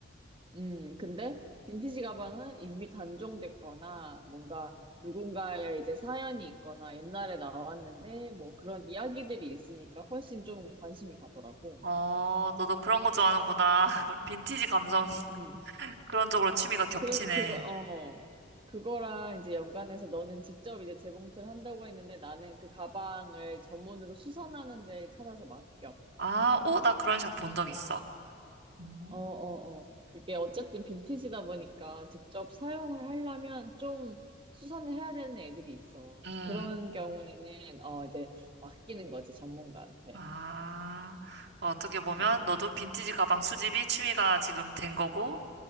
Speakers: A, on the right; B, on the right.
A: 음, 근데 빈티지 가방은 이미 단종됐거나 뭔가 누군가의 이제 사연이 있거나 옛날에 나왔는데 뭐 그런 이야기들이 있으니까 훨씬 좀 관심이 가더라고.
B: 어, 너도 그런 거 좋아하는구나. <laughs> 빈티지 감성.
A: 음,
B: <laughs>
A: 음.
B: 그런 쪽으로 취미가 겹치네.
A: 그리고 그거, 어, 그거랑 이제 연관해서 너는 직접 이제 재봉틀 한다고 했는데 나는 그 가방을 전문으로 수선하는 데를 찾아서 맡겨.
B: 아, 어, 나 그런 샵 본 적 있어. 음,
A: 어, 어, 어. 그게 어쨌든 빈티지다 보니까 직접 사용을 하려면 좀 수선을 해야 되는 애들이 있어.
B: 음,
A: 이제 그런 경우에는, 어, 이제 맡기는 거지, 전문가한테.
B: 아, 어떻게 보면
A: 음, 음.
B: 너도 빈티지 가방 수집이 취미가 지금 된 거고,